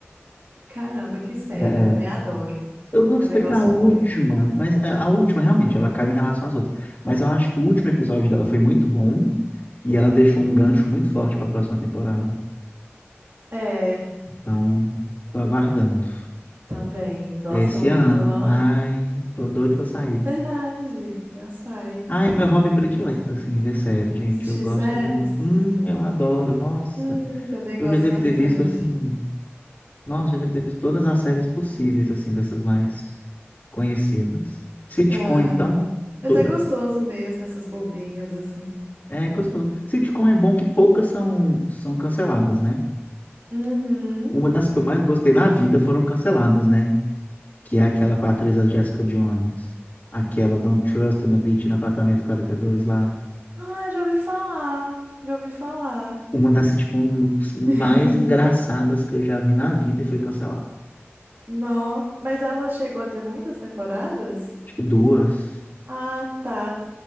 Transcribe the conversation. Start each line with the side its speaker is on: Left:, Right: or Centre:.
Right: Caramba, que série.
Left: É,
Right: Eu também adoro.
Left: eu gostei
Right: Também gosto
Left: da última,
Right: muito.
Left: mas a a última realmente ela caiu em relação às outras. Mas eu acho que o último episódio dela foi muito bom e ela deixou um gancho muito forte para a próxima temporada.
Right: É,
Left: Então, tô aguardando.
Right: também. Gosto
Left: Esse
Right: muito.
Left: ano,
Right: Não?
Left: ai, tô doido pra sair.
Right: <laughs> Verdade. Já sai.
Left: Ah, é meu hobby predileto, assim, ver série, gente.
Right: Assistir
Left: Eu gosto
Right: séries.
Left: muito. Hum, eu adoro, nossa.
Right: Ai, também gosto
Left: Eu já devo
Right: bastante.
Left: ter visto, assim, nossa, já devo ter visto todas as séries possíveis, assim, dessas mais conhecidas. Sitcom,
Right: Ah,
Left: então,
Right: mas
Left: todas.
Right: é gostoso mesmo, essas bobinhas assim.
Left: É gostoso. Sitcom é bom que poucas são, são canceladas, né?
Right: Uhum.
Left: Uma das que eu mais gostei na vida foram canceladas, né? Que é aquela com a atriz a Jessica Jones. Aquela Don't Trust na Beach, no apartamento 42 lá.
Right: Ah, já ouvi falar. Já ouvi falar.
Left: Uma das, tipo, mais
Right: <laughs>
Left: engraçadas que eu já vi na vida e foi cancelada.
Right: Não, mas ela chegou a ter muitas temporadas?
Left: Acho que duas.
Right: Ah, tá.